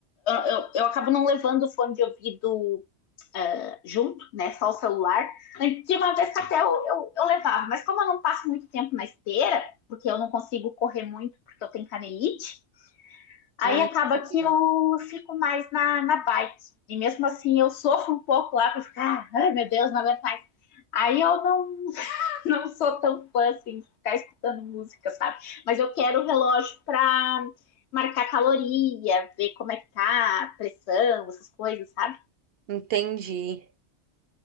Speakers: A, on the left; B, on the right.
A: eu, eu acabo não levando o fone de ouvido junto, né? Só o celular. Tinha uma vez que até eu, eu, eu, levava, mas como eu não passo muito tempo na esteira, porque eu não consigo correr muito porque eu tenho canelite, aí
B: Ah,
A: acaba
B: entendi.
A: que eu fico mais na, na bike. E mesmo assim eu sofro um pouco lá pra ficar, ai meu Deus, não aguento mais. Aí eu não, <laughs> não sou tão fã assim de ficar escutando música, sabe? Mas eu quero o relógio pra marcar caloria, ver como é que tá, a pressão, essas coisas, sabe?
B: Entendi.